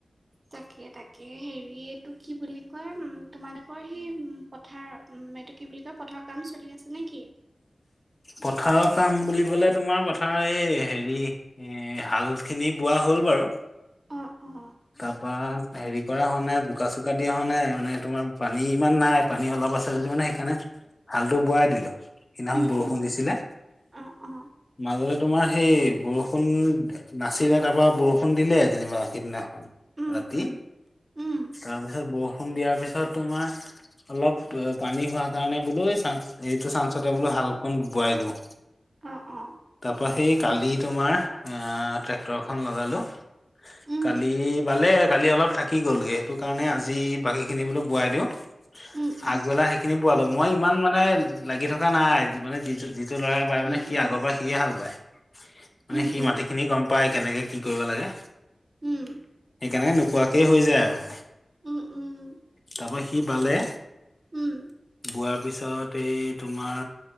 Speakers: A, on the right (about 50°); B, on the left (about 40°).
A: তাকে-তাকে হেৰি এইটো কি বুলি কয় উম, তোমালোকৰ সি উ পথাৰ এইটো কি বুলি কয় পথাৰৰ কাম চলি আছে নে কি?
B: পথাৰৰ কাম বুলিবলে তোমাৰ পথাৰৰ এই হেৰি এ হাল খিনি বোৱা হ'ল বাৰু
A: অ', অ',
B: তাৰ পাত হেৰি কৰা হোৱা নাই বোকা চোকা দিয়া হোৱা নাই। মানে তোমাৰ পানী ইমান নাই পানী অলপ আছে যদি মানে সেইকাৰণে হালটো বোৱাই দিলো। সেইদিনাখন
A: উম,
B: বৰষু
A: উম,
B: দিলে
A: অ', অ',
B: মাজলে তোমাৰ সেই বৰষুণ নাচিলে তাৰ পৰা বৰষুণ দিলে যেনিবা সেইদিনা
A: উম,
B: ৰাতি
A: উম, উম,
B: তাৰপিছত বৰষুণ দিয়াৰ পিছত তোমাৰ অলপ পানী হোৱা কাৰণে বোলো এইটো চানসতে বোলো হালকণ বোৱাই দিওঁ।
A: অ', অ'।
B: তাৰপা সেই কালি তোমাৰ ট্ৰেক্টৰখন লগালোঁ,
A: উম,
B: কালি ভালে কালি অলপ থাকি গ'লগে, সেইটো কাৰণে আজি বাকী খিনি বোলো বোৱাই দিও।
A: উম, উম,
B: আগবেলা সেইখিনি বোৱালো। মই ইমান মানে লাগি থকা নাই। মানে যিটো যিটো ল'ৰাই বায়
A: উম,
B: মানে সি
A: উম,
B: আগৰ পৰাই সিয়ে হাল বায়। মানে
A: উম,
B: সি
A: উম,
B: মাটি খিনি গম পায় কেনেকে কি কৰিব লাগে।
A: উম,
B: সেইকাৰণকে নোকোৱাকেই হৈ যায় আৰু মানে।
A: উম, উম,
B: তাৰপৰা সি বালে
A: উম,
B: বোৱাৰ পিছত এই তোমাৰ